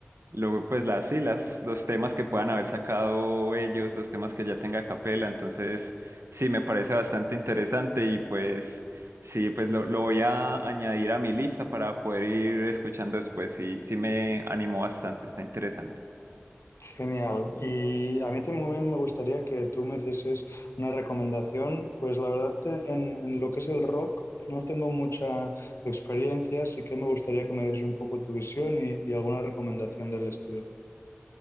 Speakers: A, on the right; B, on the left.
A: Luego, pues las, sí, las, los temas que puedan
B: Ujú.
A: haber sacado ellos, los temas que ya tenga Capela, entonces sí, me parece bastante interesante y pues sí, pues lo, lo voy a añadir a mi lista para poder ir escuchando después, sí, sí me animó bastante, está interesante.
B: Genial. Y a mí también me gustaría que tú me hicieses una recomendación. Pues la verdad, te- en, en lo que es el rock, no tengo mucha experiencia, así que me gustaría que me dieses un poco tu visión y, y alguna recomendación del estilo.